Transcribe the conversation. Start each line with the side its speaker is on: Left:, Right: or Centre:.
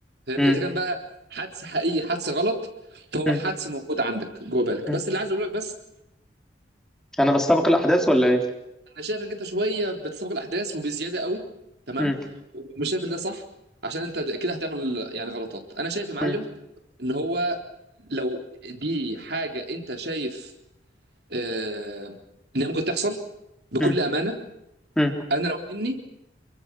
Right: فاهمني
Centre: مم.
Right: اذا كان بقى حدس حقيقي حدس غلط فهو
Centre: مم.
Right: حدس موجود عندك جوه بالك
Centre: مم.
Right: بس اللي عايز اقول لك بس
Centre: أنا بستبق الأحداث ولا إيه؟
Right: انا شايف انك انت شويه بتسابق الاحداث وبزياده قوي تمام
Centre: مم.
Right: ومش شايف ان ده صح عشان انت كده هتعمل يعني غلطات انا شايف يا معلم
Centre: مم.
Right: ان هو لو دي حاجه انت شايف آه، ان هي ممكن تحصل بكل
Centre: مم.
Right: امانه
Centre: مم.
Right: انا لو مني